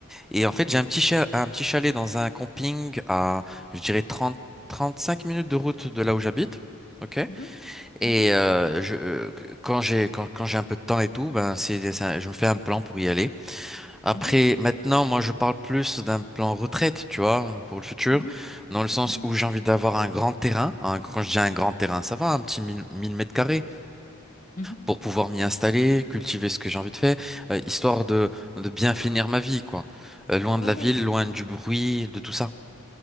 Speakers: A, in the centre; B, on the left.
A: Et en fait, j'ai un petit cha- un petit chalet dans un camping à, je dirais trente trente cinq minutes de route de là où j'habite. Ok.
B: Mhm,
A: Et
B: mhm,
A: euh, je, euh, quand j'ai quand, quand j'ai un peu de temps et tout, ben c'est, c'est un- je me fais un plan pour y aller. Après,
B: mhm,
A: maintenant, moi, je parle plus d'un plan retraite, tu vois, pour le futur,
B: mhm,
A: dans le sens
B: mhm,
A: où j'ai envie d'avoir un grand terrain. Un- quand je dis un
B: mhm,
A: grand terrain, ça va, un petit mille mille mètres carrés
B: mhm.
A: pour pouvoir m'y installer, cultiver ce que j'ai envie de faire, euh, histoire de de bien finir ma vie, quoi. Euh, loin de
B: Ouais,
A: la
B: ouais.
A: ville, loin du bruit, de tout ça.